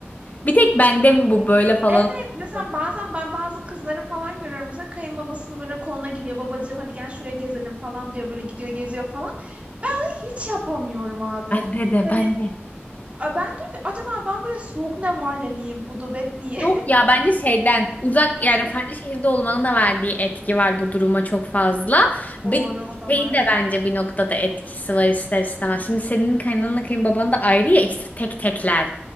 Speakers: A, on the left; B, on the right.
A: Bir tek bende mi bu böyle falan
B: Evet mesela
A: alıyorsun?
B: bazen ben bazı kızları falan görüyorum. Mesela kayınbabasını böyle koluna giriyor. Babacığım hadi gel şuraya gezelim falan diyor. Böyle gidiyor geziyor falan. Ben onu hiç yapamıyorum abi.
A: Bende de
B: Hani
A: bende.
B: a- ben diyorum ki acaba ben böyle soğuk nevale miyim? Gudubet miyim?
A: Yok ya bence şeyden uzak yani
B: <laughs>
A: farklı şehirde olmanın da verdiği etki var bu duruma çok fazla. Bir
B: Doğru o da
A: şeyin
B: var.
A: de bence bir noktada etkisi var ister istemez. Şimdi senin kaynananla kayınbaban da ayrı ya ikisi tek tekler.